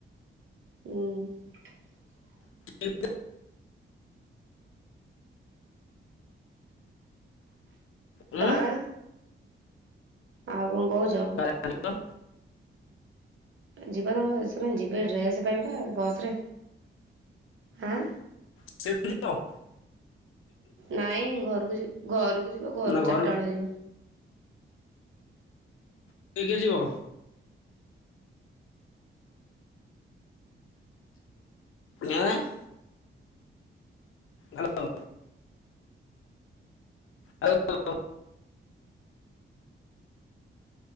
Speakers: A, on the right (about 75°); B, on the left (about 85°).
A: ହୁଁ।
B: <unintelligible> ଉଁ।
A: ଆଁ ଆଉ କ'ଣ କହୁଛ।
B: ହ୍ୟାଲୋ।
A: ଯିବା ତମ ସେମାନେ ଯିବେ ଡ୍ରେସ୍ ପାଇଁ ବା ବସ୍ ରେ ଆଁ।
B: <unintelligible>
A: ନାଇଁ ଘରୁକୁ ଯିବ ଘରୁକୁ ଯିବ ଘରୁ
B: ନା ଘରକୁ
A: ଚାରିଟା ବେଳୁଆ ଯିବ।
B: କିଏ କିଏ ଆସିବ? ଆଁ <unintelligible> ହାଲୋ। ହେଲୋ <unintelligible>